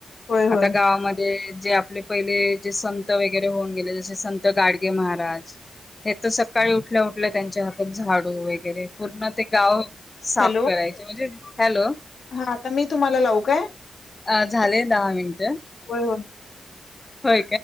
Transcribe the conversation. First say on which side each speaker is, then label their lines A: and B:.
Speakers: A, on the left; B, on the left.
A: होय, होय.
B: आता गावामध्ये जे आपले पहिले जे संत वगैरे होऊन गेले जसे संत तर गाडी ते महाराज हे तर सकाळी उठल्या उठल्या त्यांच्या हातात झाडू वगैरे पूर्ण ते गाव साफ
A: हॅलो,
B: करायचे म्हणजे हॅलो.
A: हा आता मी तुम्हाला लावू काय?
B: अ झाले दहा मिनटं.
A: होय,
B: होय.